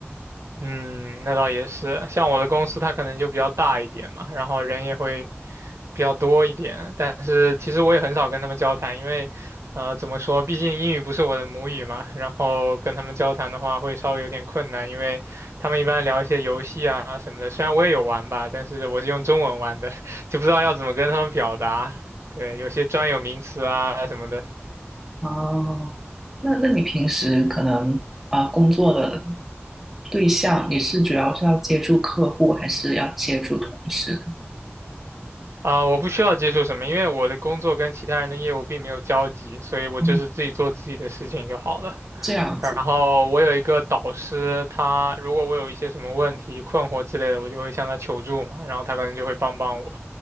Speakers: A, on the right; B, in the centre.
A: 嗯，那倒也是。像我的公司，它可能就比较大一点嘛，然后人也会比较多一点，但是其实我也很少跟他们交谈，因为，呃，怎么说，毕竟英语不是我的母语嘛，然后跟他们交谈的话会稍微有点困难，因为他们一般聊一些游戏啊什么的，虽然我也有玩吧，但是我是用中文玩的，<laughs> 就不知道要怎么跟他们表达，对，有些专有名词啊什么的。
B: 哦，那那你平时可能啊、呃工作的对象，你是主要是要接触客户，还是要接触同事呢？
A: 啊、我不需要接触什么，因为我的工作跟其他人的业务并没有交集，所以我就是自己做自己的事情就好了。
B: 哦这样子
A: 然后我有一个导师，他如果我有一些什么问题、困惑之类的，我就会向他求助嘛，然后他可能就会帮帮我。